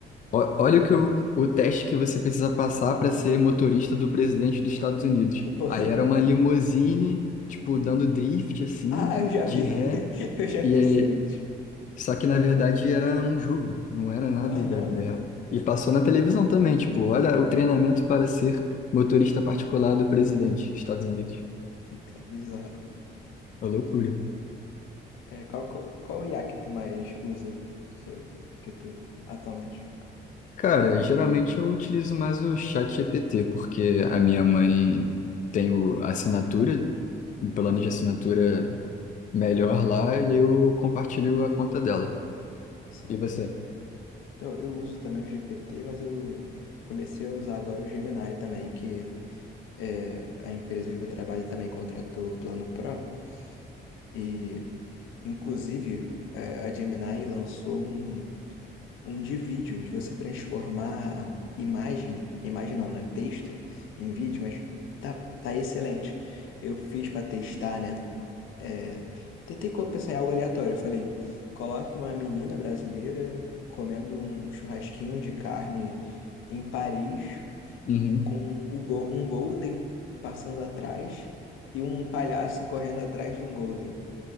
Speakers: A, on the left (about 40°); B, on the left (about 85°).
A: ó- olha o, que o, o teste que você precisa passar para ser motorista do presidente dos Estados Unidos.
B: <laughs> Pô,
A: Aí era uma limusine, tipo, dando drift, assim,
B: ah, eu já
A: de
B: vi.
A: ré.
B: <laughs> Eu já
A: E
B: vi
A: aí,
B: esse vídeo.
A: só que na verdade era um jogo, não era nada
B: Aham,
A: da vida real. E passou na televisão também, tipo, olha o treinamento para ser motorista particular do presidente dos Estados Unidos.
B: que é bizarro.
A: Uma loucura.
B: É, qual, qual, qual IA que tu mais usa? Que tu que tu- atualmente?
A: Cara, geralmente eu utilizo mais o ChatGPT, porque a minha mãe tem o- a assinatura, o plano
B: Uhum,
A: de assinatura melhor lá, e eu compartilho a conta dela.
B: sim.
A: E você?
B: Então, eu uso também o GPT, mas eu comecei a usar agora o Gemini também, que é a empresa que eu trabalho também contratou o Plano Pro. E, inclusive, é, a Gemini lançou um, um de vídeo, de você transformar imagem, imagem não, né? Texto em vídeo, mas tá, tá excelente. Eu fiz para testar, né? É, tentei co- pensar em algo aleatório. Eu falei, coloque uma menina brasileira comendo um churrasquinho de carne em Paris,
A: Uhum.
B: com o go- um Golden passando atrás e um palhaço correndo atrás de um Golden.